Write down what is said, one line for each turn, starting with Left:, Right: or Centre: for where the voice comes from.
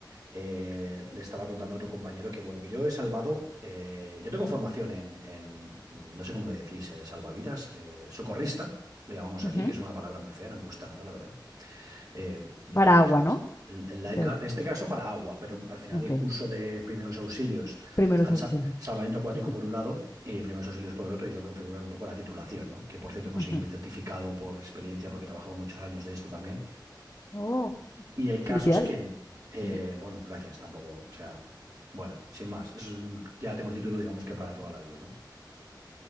Right: eh, le estaba contando a otro compañero que, bueno, que yo he salvado, eh, yo tengo formación en, en, mm, no sé cómo le decís, eh, salvavidas, eh, socorrista, lo llamamos
Left: ujú,
Right: aquí, que es una palabra muy fea, no me gusta nada, la verdad eh, la
Left: para
Right: palabra
Left: agua,
Right: es
Left: ¿no?
Right: el, el lifeguard,
Left: O sea,
Right: en este caso para agua, pero al final
Left: ok.
Right: el curso de primeros auxilios
Left: Primeros
Right: está el sa-
Left: auxilios.
Right: salvamento acuático
Left: Ujú,
Right: por un lado y primeros auxilios por el otro, y eso configuran un poco la titulación, ¿no? Que por cierto conseguí
Left: ujú.
Right: mi certificado por experiencia porque he trabajado muchos años de esto también.
Left: Oh,
Right: Y el caso
Left: felicidades.
Right: es que, eh,
Left: <laughs>
Right: bueno, gracias, tampoco, o sea, bueno, sin más, eso es un- ya tengo el título, digamos que para toda la vida, ¿no?